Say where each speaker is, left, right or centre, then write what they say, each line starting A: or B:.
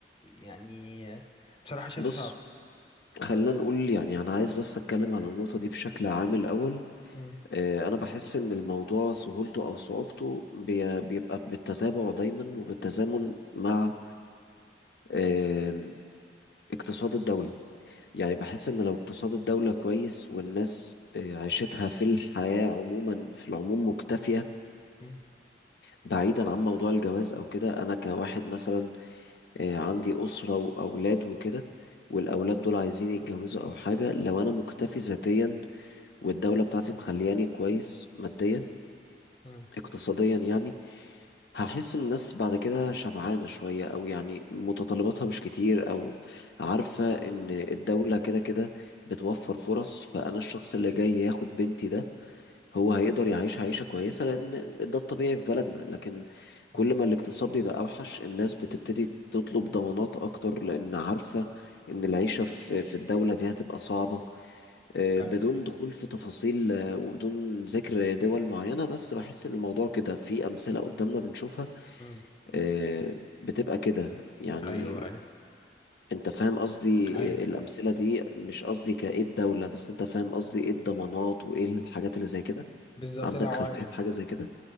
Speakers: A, on the left (about 30°); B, on the left (about 60°).
A: يعني آه، بصراحة شايفها
B: بص
A: صعبة
B: خلينا نقول يعني انا عايز بس اتكلم على النقطة دي بشكل عام الاول
A: مم.
B: آه، انا بحس ان الموضوع سهولته او صعوبته بي- بيبقى بالتتابع دايما وبالتزامن مع آم، اقتصاد الدولة يعني بحس ان لو اقتصاد الدولة كويس والناس آه، عيشتها في الحياة عموما في العموم مكتفية
A: مم.
B: بعيدا عن موضوع الجواز او كده انا كواحد مثلا آه، عندي أسرة واولاد وكده والأولاد دول عايزين يتجوزوا أو حاجة لو أنا مكتفي ذاتيا والدولة بتاعتي مخلياني كويس ماديا
A: مم.
B: اقتصاديا يعني هحس ان الناس بعد كده شبعانة شوية او يعني متطلباتها مش كتير او عارفة ان الدولة كده كده بتوفر فرص فانا الشخص اللي جاي ياخد بنتي ده هو هيقدر يعيش عيشة كويسة لان ده الطبيعي في بلدنا لكن كل
A: مم.
B: ما الاقتصاد بيبقى اوحش الناس بتبتدي تطلب ضمانات اكتر لان عارفة ان العيشة في في الدولة دي هتبقى صعبة آه،
A: أي.
B: بدون دخول في تفاصيل آه، وبدون ذكر دول معينة بس بحس إن الموضوع كده في أمثلة قدامنا بنشوفها
A: مم.
B: آه، بتبقى كده يعني
A: ايوه ايوه
B: أنت فاهم قصدي
A: ايوه
B: آه، الأمثلة دي مش قصدي كإيه الدولة بس أنت فاهم قصدي إيه الضمانات وإيه الحاجات اللي زي كده
A: بالظبط
B: عندك
A: العوامل
B: خلفية بحاجة زي كده